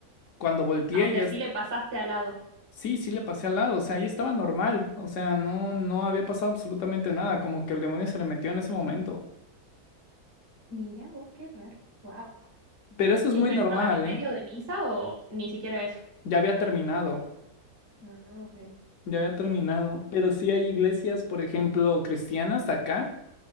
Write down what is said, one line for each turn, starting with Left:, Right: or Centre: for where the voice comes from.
Left: Cuando volteé,
Right: Ah, o sea,
Left: ya,
Right: sí le pasaste al lado.
Left: Sí, sí le pasé al lado, o sea, ahí estaba normal, o sea, no, no había pasado absolutamente nada, como que el demonio se le metió en ese momento.
Right: Mira vos, qué raro. Wow.
Left: Pero eso es
Right: ¿Y
Left: muy
Right: pero
Left: normal,
Right: estaban en medio
Left: ¿eh?
Right: de misa o ni siquiera eso?
Left: Ya había terminado,
Right: Ah, ok.
Left: ya había terminado. Pero sí hay iglesias, por ejemplo, cristianas de acá,